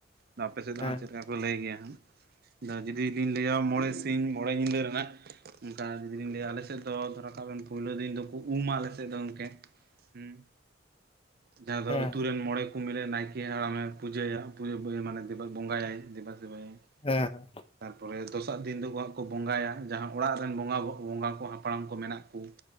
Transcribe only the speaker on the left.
ᱦᱮᱸ
ᱦᱮᱸ
ᱦᱮᱸ ᱦᱮᱸ ᱾